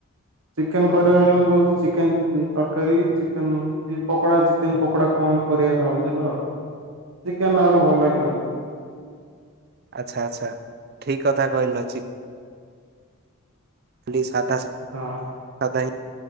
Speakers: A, on the right; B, on the right.
A: ଚିକେନ କରିବା ବୋଲି ମୁଁ କହୁଛି ଚିକେନ ତରକାରୀ ଚିକେନ କି ପକୋଡ଼ା ଚିକେନ ପକୋଡ଼ା କଣ କରିବା ବୋଲି ଭାବୁଥିଲ ଚିକେନ ନହେଲେ ଭଲ ଲାଗିବନି।
B: ଆଚ୍ଛା ଆଚ୍ଛା ଠିକ କଥା କହିଲ ଚି କହିଲି ସାଧା ସା
A: ହଁ।
B: ସାଧା